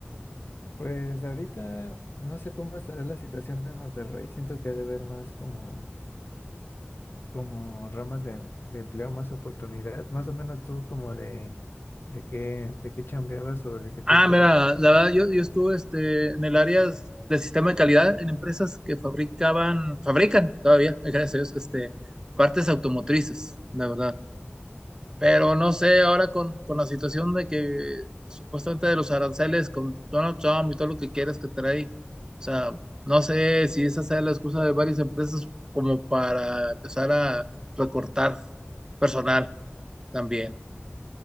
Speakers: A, on the left; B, on the right.
A: Pues ahorita no sé cómo estará la situación en Monterrey. Siento que debe haber más como como ramas de, de empleo, más oportunidad, más o menos tú como de, de qué, de qué chambeabas o de qué te
B: Ah,
A: gustaría.
B: mira, la verdad, yo, yo estuve este, en el área de sistema de calidad en empresas que fabricaban, fabrican todavía, <laughs> gracias a Dios, este, partes automotrices, la verdad. Pero no sé, ahora con, con la situación de que supuestamente de los aranceles con Donald Trump y todo lo que quieras que trae, o sea, no sé si esa sea la excusa de varias empresas como para empezar a recortar personal también.